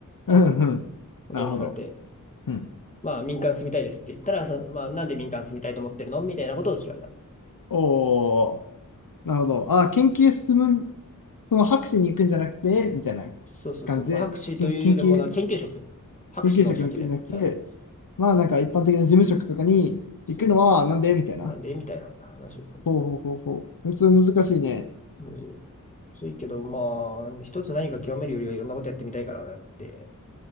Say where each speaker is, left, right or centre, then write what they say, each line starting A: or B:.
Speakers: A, on the left; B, on the left.
A: うん、うん。
B: ことを聞かれて、
A: なるほど。うん。
B: まあ、民間住みたいですって言ったら、そのまあ、なんで民間住みたいと思ってるのみたいなことを聞かれた。
A: おー、なるほど。あ、研究進む、その博士に行くんじゃなくて、みたいな
B: そうそうそう。
A: 感じで、
B: まあ、博士というよりもな、
A: 研研究、
B: 研究職。博士の先だよね、
A: 研究職に行くんじゃなくて、
B: さらに。
A: まあなんか一般的な事務職とかに行くのはなんでみたいな。
B: うんそう。なんでみたいな話をされた。
A: ほうほうほうほう。それ難しいね。
B: うん。そういけど、まあ、一つ何か極めるよりはいろんなことやってみたいからなって